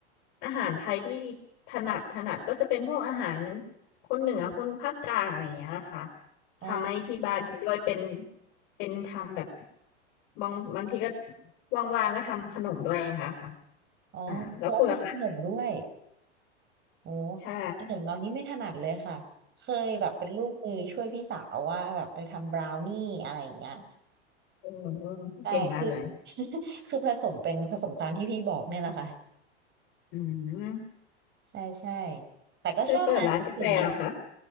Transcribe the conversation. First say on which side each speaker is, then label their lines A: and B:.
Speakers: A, on the left; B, on the right.
A: อาหารไทยที่ถนัดถนัดก็จะเป็นพวกอาหารคนเหนือคนภาคกลางอะไรเงี้ยค่ะ
B: อ๋อ
A: ทำให้ที่บ้านกินด้วยเป็นเป็นทำแบบบางบางทีก็ว่างๆก็ทำขนมด้วยนะคะค่ะ
B: อ๋อแล้วมีขนมด้วย
A: อ่าแล้วคุณล่ะคะ
B: โอ้
A: ใช่
B: ขนมเรานี่ไม่ถนัดเลยค่ะเคยแบบเป็นลูกมือช่วยพี่สาวว่าแบบไปทำบราวนี่อะไรอย่างเงี้ย
A: อืม
B: ใช่คือ
A: เก่งมากเลย
B: <laughs> คือผสมเป็นผสมตามที่พี่บอกเนี่ยแหละค่ะ
A: อืม
B: ใช่ใช่แต่ก็ชอบร้านอื่นดี
A: คือเปิดร้านกาแฟเหรอคะ